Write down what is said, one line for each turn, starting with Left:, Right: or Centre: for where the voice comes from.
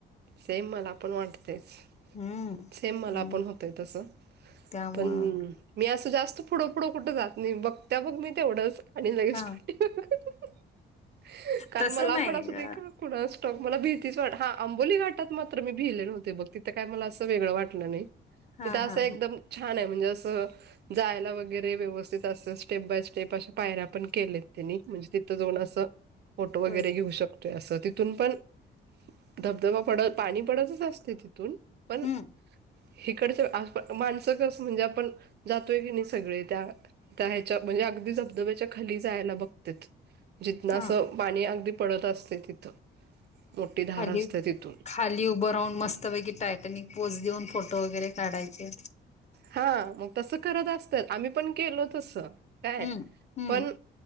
Right: सेम मला पण वाटतेच.
Left: हम्म
Right: सेम मला पण होतंय तस,
Left: त्यामुळं
Right: पण मी असं जास्त पुढ-पुढ कुठ जात नाही बघत्या बघ मी तेवढच आणि लगेच
Left: हा
Right: <unintelligible> कारण
Left: तसं
Right: मला
Left: नाही
Right: पण असू दे
Left: हा
Right: का कुणास ठाऊक मला भीतीच वाट, हा आंबोली घाट टात मात्र मी भिले नव्हते बघ, तिथं काय मला असं वेगळं वाटलं नाही,
Left: हा
Right: तिथं असं
Left: हा
Right: एकदम छान आहे म्हणजे अस जायला वगैरे व्यवस्थित अस स्टेप बाय स्टेप अशा पायऱ्या पण केलेत. त्यांनी म्हणजे तिथं जावून असं फोटो वगैरे
Left: होय
Right: घेऊ शक असं तिथून पण धबधबा पडत, पाणी पडतच असतय तिथून पण,
Left: हम्म
Right: हिकडच आ माणस कस म्हणजे आपण जातोय की नाही सगळे त्या, त्या ह्याच्या म्हणजे अगदी धबधबे च्या खाली जायला बघत्यात, जितन अस
Left: हा
Right: पाणी अगदी पडत असतय तिथं. मोठी धार
Left: खाली
Right: असते तिथून
Left: खाली उभं राहून मस्तपैकी टायटॅनिक पोज देऊन फोटो वगैरे काढायचे
Right: हा मग तसं करत असतात आम्ही पण केलो तसं, काय
Left: हम्म हम्म
Right: पण